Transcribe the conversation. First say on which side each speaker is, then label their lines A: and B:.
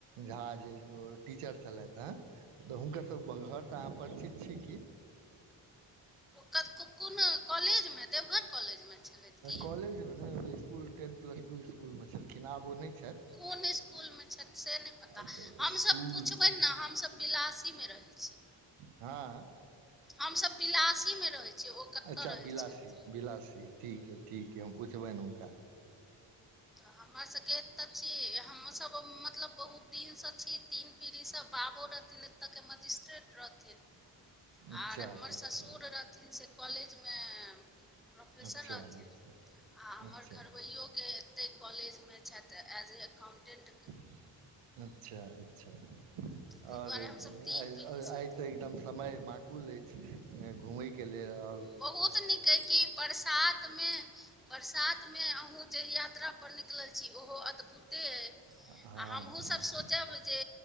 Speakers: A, on the right; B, in the centre.
A: झा जे टीचर छलैथहे? तऽ हुनकर तऽ घर तऽ अहाँ परिचित छी की?
B: क-क-कोन कॉलेजमे देवघर? कॉलेजमे छलथि की
A: कॉलेजमे नय इसकुल टेन प्लस टू इसकुलमे छलखिन आब ओ नय छैथ।
B: कोन इसकुलम्? अछा से नय पता
A: आब
B: हमसब
A: इसकुल
B: पुछबैने हमसब पिलासीमे रहै छी।
A: हँऽऽ-
B: हमसब पिलासीमे रहै छी, ओ कतय
A: अच्छा
B: रहै
A: बिलासी
B: छथि
A: बिलासी ठीक अइ ठीक अइ हम पुछबनि उनका।
B: हमर सबके एतऽ छी हमुसभ मतलब बहुत दिनस छी तीन पीढ़ीस बाबो रहथिन एत के मजिस्ट्रेट रहथिन।
A: अच्छा
B: आर हमर ससुर
A: अच्छा
B: रहथिन से कॉलेजमे प्रोफेसर
A: अच्छा
B: रहथिन
A: अच्छा
B: आ हमर
A: अच्छा
B: घरबैयो से एत्तइ कॉलेजमे छथि एज ए एकाउंटेंट।
A: अच्छा अच्छा
B: ताहि
A: और
B: दुआरे हमसभ तीन
A: आइ
B: पीढ़ीसँ
A: आइ आइ तऽ एकदम समय माकुल अछि घुमैके लेल और
B: बहुत नीक अइ की बरसात मे बरसात मे अहूं जे यात्रा पर निकलल छी ओहो अद्भुते कि
A: हँ
B: आ हमहुँ
A: हँ
B: सब सोचब जे